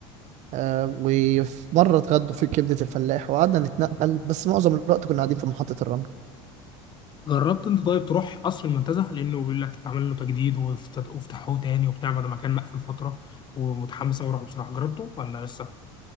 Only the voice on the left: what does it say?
جربت انت طيب تروح قصر المنتزه لانه بيقول لك اتعمل له تجديد وافت- وفتحوه تاني وبتاع بعد ما كان مقفول فتره ومتحمس اوي اروحه بصراحه جربته ولا لسه؟